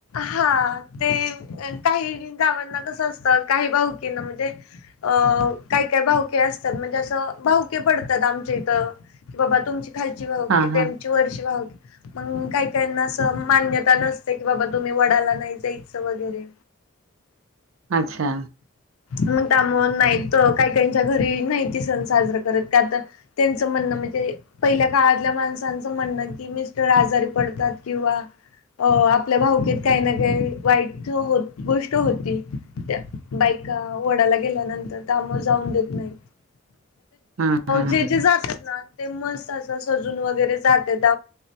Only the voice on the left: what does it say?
हा ते काही गावांना कसं असतं काही भाऊकींना म्हणजे अ काही काय भाऊके असतात म्हणजे असं भाऊके पडतात आमच्या इथं की बाबा तुमची खालची भावकी
त्यांची
वरची भावकी के मग काही काहीना असं मान्यता नसते की बाबा तुम्ही वडाला नाही जायचं वगैरे
मग त्यामुळे नाहीत काही काहीच्या घरी नाहीती सण साजरा करत का तर त्यां म्हण म्हणजे पहिल्या काळातल्या माणसचं म्हण की मिस्टर आजारी पडतात किंवा हो आपल्या भाऊकेत काही ना काही वाईट हो गोष्ट होती त्या बायका वडाला गेल्यानंतर त्यामूळ जाऊन देत नाही
जे जे जातात ना ते मस्त अस अस सजून वगैरे जात्यात